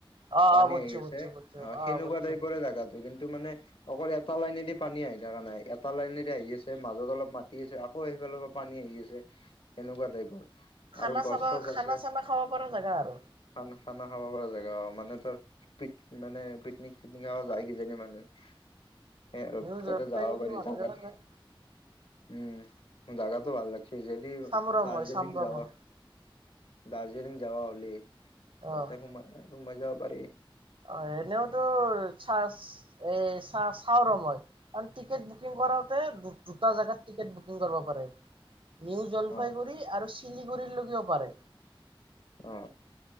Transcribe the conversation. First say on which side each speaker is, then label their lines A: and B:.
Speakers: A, on the right (about 70°); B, on the left (about 80°).
A: অ
B: পানী
A: অ বুজছো
B: আহি আছে
A: বুজছো বুজছো
B: অ সেনেকুৱা
A: বুজছো
B: টাইপৰে
A: বুজছো
B: জেগাতটো জান এইটো মানে অকল এটা লাইনেদি পানী আহি থাক নাই এটা লাইনেদি আহি আছে মাজত অলপ মাতি আছে আকৌ আহি অলপ পানী আহি আছে। কেনেকুৱা টাইপৰ
A: খানা
B: আৰু গছ
A: চাবা
B: চছ
A: খানা
B: আছে
A: চানা খাব পৰা জাগা আৰু
B: খানা খানা খাব পৰা মানে তোৰ পিক মানে পিকনিক চিকনিক যায় কিজান মানুহে সেয়া আৰু
A: নিউ জলপাইগুৰি
B: তাতে যাব পাৰি
A: মানুহজনে
B: জাগা
A: কয়
B: উম জাগাটো ভাল লাগে সি যদি
A: চাম ৰ
B: দাৰ্জিলিং
A: মই চাম ৰ
B: যাবা
A: মই
B: দাৰ্জিলিং যাবা হ'লে
A: অ',
B: তাতে সোমাই সোমাই যাব পাৰি
A: অ এনেওতো চাচ এ চাহ চাও ৰ মই আৰু টিকট বুকিং কৰোতে দুটা জেগাত টিকট বুকিং কৰিব কৰে নিউ জলফাইগুৰি
B: অ
A: আৰু চিলিগুৰি লৈকো পাৰে
B: অঁ